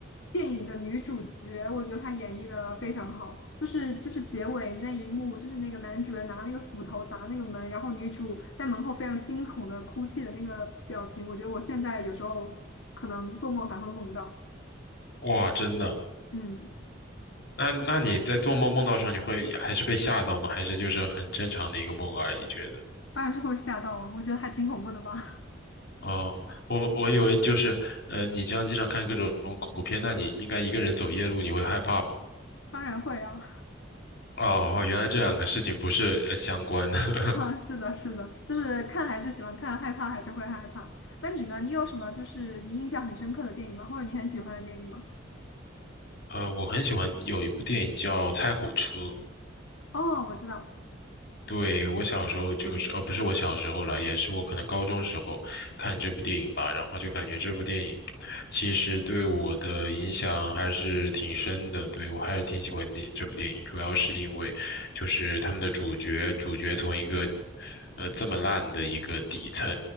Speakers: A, on the left; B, on the left.
A: 电影的女主角，我觉得她演绎的非常好，就是就是结尾那一幕，就是那个男主人拿那个斧头砸那个门，然后女主在门后非常惊恐的哭泣的那个表情，我觉得我现在有时候可能做梦还会梦到，
B: 哇，真的。
A: 嗯，
B: 那那你在做梦梦到的时候，你会还是被吓到吗？还是就是很正常的一个梦而已？觉得？
A: 当然是会吓到啊，我觉得还挺恐怖的吧，
B: 哦，我我以为就是，呃，你这样经常看各种恐怖片，那你应该一个人走夜路，你会害怕吗？
A: <laughs> 当然会啊，<laughs>
B: 哦，哦，原来这两个事情不是呃相关的。<laughs>
A: 啊，是的，是的，就是看还是喜欢看，害怕还是会害怕。那你呢？你有什么就是你印象很深刻的电影吗？或者你很喜欢的电影吗？
B: 呃，我很喜欢有一部电影叫《猜火车》。
A: 哦，我知道，
B: 对，我小时候就是，呃，不是我小时候了，也是我可能高中时候看这部电影吧，然后就感觉这部电影其实对我的影响还是挺深的。对，我还是挺喜欢的这部电影，主要是因为就是他们的主角，主角从一个呃这么烂的一个底层，